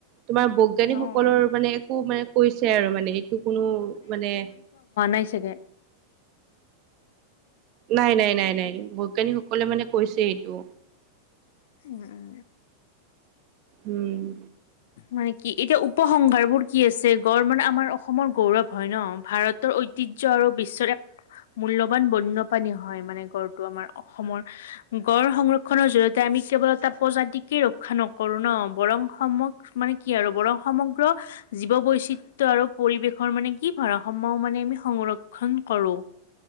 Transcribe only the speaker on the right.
তোমাৰ বৈজ্ঞানিকসকলৰ
মানে একো মানে কৈছে আৰু মানে এই- টো কোনো মানে,
নাই নাই নাই নাই, বৈজ্ঞানিকসকলে মানে কৈছে এইটো,
উম্,